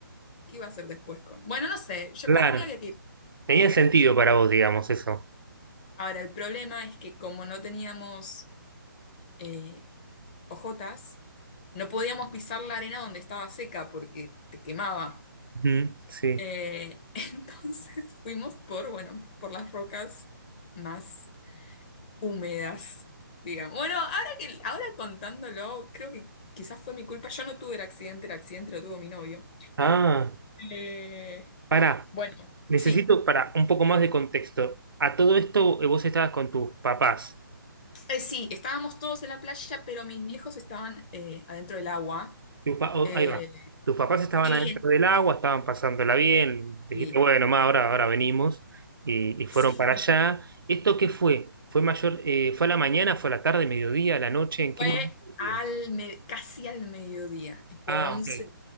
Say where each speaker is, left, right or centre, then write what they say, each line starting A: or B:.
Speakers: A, on the left; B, on the right.
A: ¿qué iba a hacer después con? Bueno, no sé, yo
B: Claro,
A: para mí había que ir.
B: tenía sentido para vos, digamos, eso.
A: Ahora, el problema es que como no teníamos eh, ojotas, no podíamos pisar la arena donde estaba seca porque te quemaba.
B: Ujú, sí.
A: Eh, <laughs> entonces fuimos por, bueno, por las rocas más húmedas, digamos. Bueno, ahora que, ahora contándolo, creo que quizás fue mi culpa. Yo no tuve el accidente, el accidente lo tuvo mi novio.
B: Ah,
A: Eh,
B: pará,
A: bueno,
B: necesito
A: sí,
B: para un poco más de contexto. A todo esto eh, vos estabas con tus papás.
A: Eh, sí, estábamos todos en la playa, pero mis viejos estaban eh, adentro del agua.
B: Tus pa- oh,
A: eh,
B: ahí va. Tus papás estaban
A: y,
B: adentro del agua, estaban pasándola bien. Dijiste,
A: sí.
B: bueno, ma, ahora, ahora venimos. Y, y fueron
A: <laughs>
B: para allá. ¿Esto qué fue? ¿Fue mayor, eh, fue a la mañana, fue a la tarde, mediodía, a la noche? ¿En
A: Fue
B: qué momento del día?
A: al me- casi al mediodía, tipo
B: Ah,
A: once
B: ok.